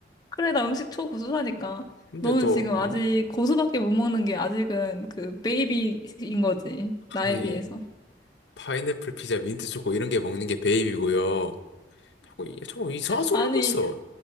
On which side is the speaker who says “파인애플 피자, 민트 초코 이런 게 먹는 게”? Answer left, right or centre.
Left